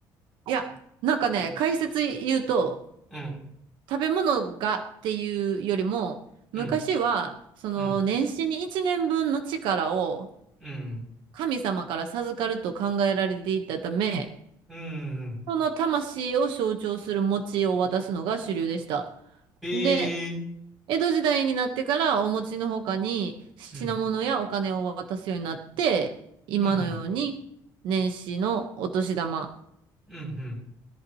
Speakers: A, on the right; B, in the centre.
A: いや、なんかね、解説言うと、
B: うん、
A: 食べ物がっていうよりも、
B: うん、
A: 昔は、その、
B: うん、
A: 年始に1年分の力を
B: うん、
A: 神様から授かると考えられていたため、
B: うん、うん。
A: その魂を象徴する餅を渡すのが主流でした。
B: へえ、
A: で、江戸時代になってからお餅の他に品物やお金を渡すようになって、
B: うん、
A: 今のように年始のお年玉
B: うん、うん、うん、うん。